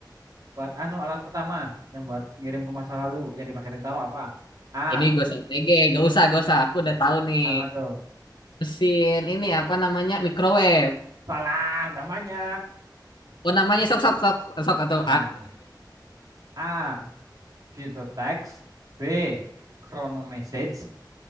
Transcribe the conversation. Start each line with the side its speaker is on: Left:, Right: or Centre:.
Right: buat anu alat pertama yang buat ngirim ke masa lalu yang dipakai Rintaro apa? A.
Left: Ini gue TG. Gak usah, gak usah. Aku udah
Right: Mas-
Left: tahu nih.
Right: Apa tuh?
Left: Mesin ini apa namanya? Microwave.
Right: Salah namanya.
Left: Oh namanya sok sok sok sok atau
Right: A. A. Future text. B. Chrono message.